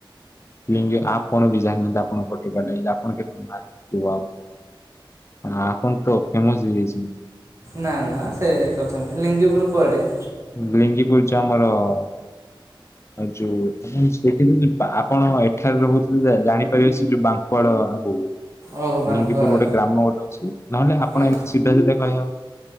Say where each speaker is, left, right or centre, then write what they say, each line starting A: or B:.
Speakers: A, on the left; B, on the right.
A: ଲିଙ୍ଗି ଆପଣ ବି ଜାଣିନାହାନ୍ତି ଆପଣ <inaudible> ଆପଣ ତ ଫେମସ ହେଇଯାଇଛ।
B: ନା ନା ସେ କଥା ନୁହଁ। ଲିଙ୍ଗିପୁର କୁଆଡେ?
A: ଲିଙ୍ଗିପୁର ଯୋ ଆମର-ଅ-ଅ-ଅ ଆଉ ଯୋଉ ଆପ ଦେଖିଛନ୍ତି ପା ଆପଣ ଏଠାରେ ରହୁଥିଲେ ଜାଣିପାରିବେ ସେ ଯୋଉ ବାଙ୍କୁଆଳ ଆଗକୁ।
B: ଓହୋ ବାଙ୍କଳା
A: ଲିଙ୍ଗିପୁର ଗୋଟେ ଗ୍ରାମ ଗୋଟେ ଅଛି ନହେଲେ ଆପଣ
B: ଆଗ
A: ଏମିତି ସିଧା ସିଧା କହିବାକୁ <inaudible>